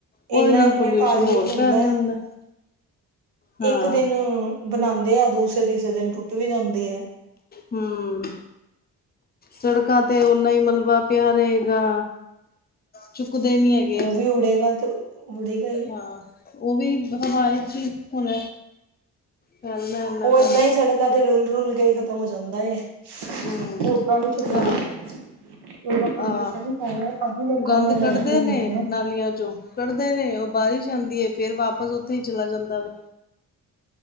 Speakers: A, on the left; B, on the right.
A: ਉਹਦੇ
B: ਇੰਨਾ
A: ਨਾਲ
B: ਇੰਨਾ
A: ਪੋਲਿਊਸ਼ਨ
B: ਟਾਰਗੇਟ
A: ਹੋਰ
B: ਮਿਲਦਾ
A: ਫੈਲ ਜਾਂਦਾ।
B: ਹੈ
A: ਹਾਂ
B: ਇੱਕ ਦਿਨ ਬਣਾਉਂਦੇ ਆ ਦੂਸਰੇ ਤੀਸਰੇ ਦਿਨ ਟੁੱਟ ਵੀ ਜਾਂਦੀ ਐ।
A: ਹੂ ਸੜਕਾਂ ਤੇ ਓਨਾ ਹੀ ਮਲਬਾ ਪਿਆ ਰਹੇਗਾ, ਚੁੱਕਦੇ ਨੀ ਹੈਗੇ।
B: ਉਹ ਵੀ ਉੜੇਗਾ ਤੇ ਉੜੇਗਾ ਹੀ।
A: ਹਾਂ, ਉਹ ਵੀ ਹਵਾ ਚ ਹੀ ਹੁਣ ਫੈਲਦਾ ਇੰਨਾ
B: ਉਹ
A: ਗੰਦ
B: ਏਦਾਂ ਹੀ ਸੜਕਾਂ ਤੇ ਰੁਲ ਰੁਲ ਕੇ ਖ਼ਤਮ ਹੋ ਜਾਂਦਾ ਏ, ਉਹ
A: ਹਮ
B: ਓਦਾਂ ਨੀ ਚੁੱਕਦੇ।
A: ਹਾਂ
B: ਇਹਦਾ ਪੋਲਿਊਸ਼ਨ
A: ਆਹ
B: ਈ ਫੈਲਦਾ ਤਾਂ ਹੀ ਲੋਕਾਂ
A: ਗੰਦ
B: ਨੂੰ ਐਲਰਜੀ
A: ਕੱਢਦੇ
B: ਹੁੰਦੀ
A: ਨੇ
B: ਐ।
A: ਨਾਲੀਆਂ ਚੋ ਕੱਢਦੇ ਨੇ ਉਹ ਬਾਰਿਸ਼ ਆਂਦੀ ਏ ਫੇਰ ਵਾਪਸ ਉੱਥੇ ਹੀ ਚਲਾ ਜਾਂਦਾ ਵਾ।